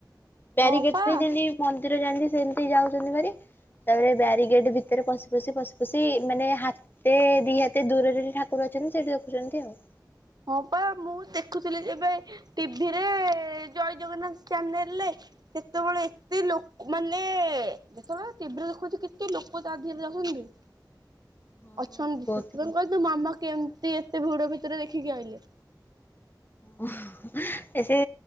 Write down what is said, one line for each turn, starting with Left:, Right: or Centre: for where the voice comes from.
Left: ବ୍ୟାରିଗେଟରେ
Right: ହଁ ପା
Left: ଯେନ୍ତି ମନ୍ଦିର ଯାନ୍ତି ସେମିତି ଯାଉଛନ୍ତି ଭାରି। ତାପରେ ବ୍ୟାରିଗେଟ ଭିତରେ ପଶି ପଶି ପଶି ପଶି ମାନେ ହା ସେ ଦିଇହାତେ ଦୂରରେ ଠାକୁର ଅଛନ୍ତି ସେଠି ଦେଖୁଛନ୍ତି ଆଉ।
Right: ହଁ ପା ମୁଁ ଦେଖୁଥିଲି ଏବେ ଟିଭିରେ ଜୟ ଜଗନ୍ନାଥ ଚ୍ୟାନେଲରେ ସେତେବେଳେ ଏତେ ଲୋକ ମାନେ ଦେଖୁନ ଟିଭିରେ ଦେଖୋଉଚି କେତେ ଲୋକ ତା ଧିଅରେ ଯାଉଛନ୍ତି।
Left: ହଁ
Right: ଅଛନ୍ତି
Left: ବହୁତ
Right: ସେଥିପାଇଁ କହିଲି ତୋ ମାମା କେମିତି ଏତେ ଭିଡ ଭିତରେ ଦେଖିକି ଆଇଲେ।
Left: ଓହୋ ଏ ସେ